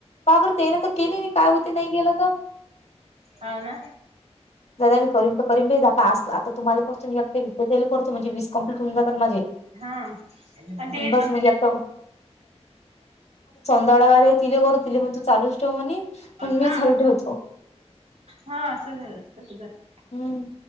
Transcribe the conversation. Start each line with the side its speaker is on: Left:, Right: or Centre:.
Left: पहा बरं केली नाही काय होती नाही गेलं तर
Right: हा ना
Left: दादा मी करन तर करीन भे आता तुमला करतो एक विद्याताई ला करतो म्हणजे कंप्लीट होऊन जातात माझे
Right: हा आणि
Left: बस
Right: ते
Left: मग एकटं दड्यागाड्या तिले कर तिले मण तू चालूच ठेव म मी
Right: हा
Left: चालू ठेवतो
Right: हा असं झालं स
Left: हम्म